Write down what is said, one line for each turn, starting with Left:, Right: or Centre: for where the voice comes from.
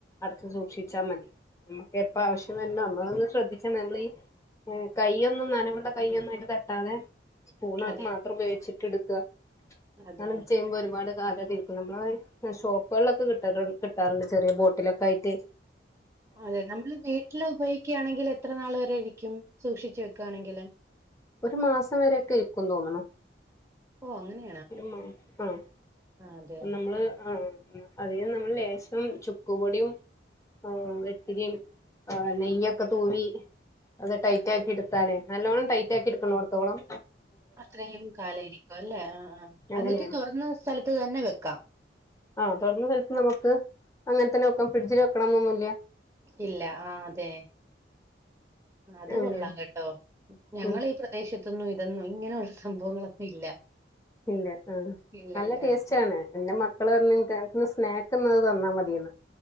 Left: അട്ച്ച് സൂക്ഷിച്ചാ മതി നമ്മുക്കെപ്പ ആവശ്യം വര്ണോ അമ്മളൊന്ന് ശ്രദ്ധിച്ചാ നമ്മളീ ഉം കയ്യൊന്നും നനവ്ള്ള കയ്യൊന്നും അയ്ല് തട്ടാതെ. സ്പൂണ്
Right: അതെ
Left: മാത്രം ഉപയോഗിച്ചിട്ട്ട്ക്കാ
Right: അതെ
Left: ങ്ങനൊക്കെ ചെയ്യുമ്പൊ ഒരുപാട്. കാലൊക്കിര്ക്കും നമ്മളതയ് എ ഷോപ്പൾലൊക്കെ കിട്ടല് കിട്ടാറ്ണ്ട് ചെറ്യേ ബോട്ടിലൊക്കായിട്ട്.
Right: അതെ നമ്മള് വീട്ടില് ഉപയ് ക്ക്യാണെങ്കില് എത്ര നാള് വരെരിക്ക്യും സൂക്ഷിച്ചു വെക്കാണെങ്കില്.
Left: ഒരു മാസം വരക്കെ ഇര്ക്കും തോന്ന്ണ്.
Right: ഓഹ് അങ്ങനെ.
Left: ഇട്മാ ആഹ്.
Right: അതെ
Left: നമ്മള് ആഹ് അതിന് നമ്മള് ലേശം ചുക്ക് പൊട്യും. ആവാം വെത്തിരിം ആഹ് നെയ്യൊക്കെ തൂവി. അത് ടൈറ്റാക്കി ഇട്ത്താലേ നല്ലോണം ടൈറ്റാക്കി ഇട്ക്ക്ണോട്ത്തോളം.
Right: അത്രയും കാലയിരിക്കു അല്ലേ ആഹ് ആഹ് അന്നിട്ട്
Left: അങ്ങനെയാണ്
Right: തൊർന്ന സ്ഥലത്ത് തന്നെ വെക്കാം.
Left: ആഹ് തൊർന്ന സ്ഥലത്ത് നമ്ക്ക് അങ്ങൻ തന്നെ വെക്കാം ഫ്രിഡ്ജില് വെക്കണന്നൊന്നുല്ല.
Right: ഇല്ല ആഹ് തെ അത്
Left: അങ്ങനെയാണ്
Right: കൊള്ളാം കെട്ടോ. ഞങ്ങളീ
Left: ഉം
Right: പ്രദേശത്തൊന്നും ഇതൊന്നും ഇങ്ങനെ ഉള്ള സംഭവങ്ങളൊന്നു ഇല്ല.
Left: ഇല്ല ആഹ്
Right: ഇല്ല
Left: നല്ല
Right: ഇല്ല
Left: ടേസ്റ്റാണ് എന്റെ മക്കള് പർഞ്ഞ് ഇൻക ഇന്ന് സ്നേക്ക്ന്നഹ് തന്നാ മതിയന്ന്